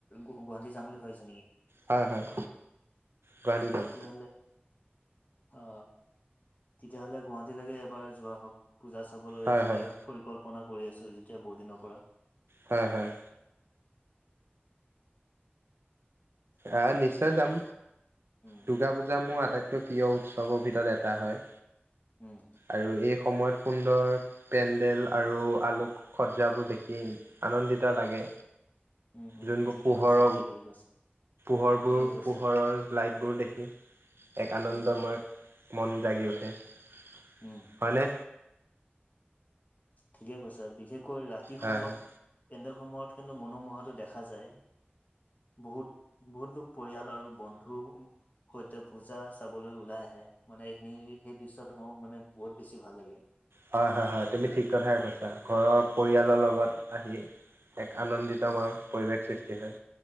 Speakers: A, on the left (about 40°); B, on the right (about 70°).
A: গুৱাহাটী যাম বুলি ভাবিছ নেকি?
B: হয় হয় গুৱাহাটী যাম।
A: তেতিয়াহ'লে অ তেতিয়া হ'লে গুৱাহাটীলৈকে এবাৰ যোৱা হওক। পূজা চাবলৈ
B: হয়
A: যোৱাৰ
B: হয়
A: পৰিকল্পনা কৰি আছো যেতিয়া বহু দিনৰ পৰা।
B: হয় হয়। আহ নিশ্চয় যাম।
A: উম
B: দুৰ্গা পূজা মোৰ আটাইতকৈ প্ৰিয় উৎসৱৰ ভিতৰত এটা হয়।
A: উম
B: আৰু এই সময়ত সুন্দৰ পেণ্ডেল আৰু আলুক সজ্জাবোৰ দেখি আনন্দিত লাগে।
A: উম উম
B: যোনবোৰ
A: ঠিক
B: পোহৰৰ
A: কৈছা ঠিকেই কৈছা
B: পোহৰবোৰ
A: ঠিকেই কৈছা
B: পোহৰৰ লাইটবোৰ দেখি এক আনন্দময়
A: উম
B: মন জাগি হয়নে?
A: উম ঠিকে কৈছা বিশেষকৈ ৰাতি
B: হয়
A: সময়ত
B: হয়
A: পেণ্ডেল সমূহত কিন্তু মনোমোহাটো দেখা যায়। বহুত বহুত লোক পৰিয়াল আৰু বন্ধু সৈতে পূজা চাবলৈ ওলাই আহে মানে এইখিনি সেই দৃশ্যটো মোক মানে বহুত বেছি ভাল লাগে।
B: হয় হয় হয় তুমি ঠিক কথাই কৈছা। ঘৰৰ
A: উম
B: পৰিয়ালৰ লগত আহি এক আনন্দিত আমাৰ পৰিৱেশ সৃষ্টি হয়।